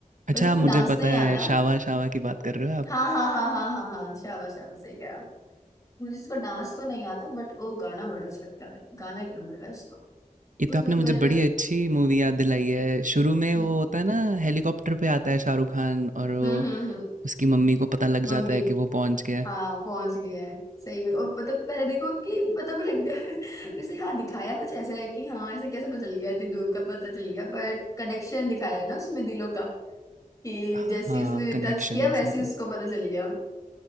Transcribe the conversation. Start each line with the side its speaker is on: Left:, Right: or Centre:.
Right: अच्छा,
Left: बट उस पर
Right: मुझे
Left: डांस
Right: पता
Left: नहीं
Right: है,
Left: आता
Right: शावा शावा की बात कर रहे हो आप।
Left: हाँ हाँ हाँ हाँ हाँ हाँ शाबाश शाबाश सही कह रहा हूँ मुझे उसका डांस तो नहीं आता बट वो गाना बड़ा अच्छा लगता है गाना एक नंबर का है उसका
Right: ये तो
Left: उसका
Right: आपने मुझे
Left: मेरे
Right: बड़ी अच्छी मूवी याद दिलाई है। शुरू में
Left: हम्म
Right: वो होता है ना, हेलीकॉप्टर पे आता है शाहरुख खान और
Left: हम्म
Right: वो
Left: हम्म
Right: उसकी मम्मी को पता लग
Left: मम्मी
Right: जाता है कि वो पहुंच गया है।
Left: हाँ पहुंच गए हैं सही में और पता पहले देखो कि पता भी लग गया है वैसे हाँ दिखाया कुछ ऐसा है कि हाँ ऐसे कैसे पता चल गया इतनी दूर का पता चल गया बट कनेक्शन दिखाया है ना उसमें दिलों का कि
Right: हाँ,
Left: जैसे ही उसने
Right: कनेक्शन,
Left: टच किया वैसे
Right: सही
Left: ही
Right: बात
Left: उसको पता चल गया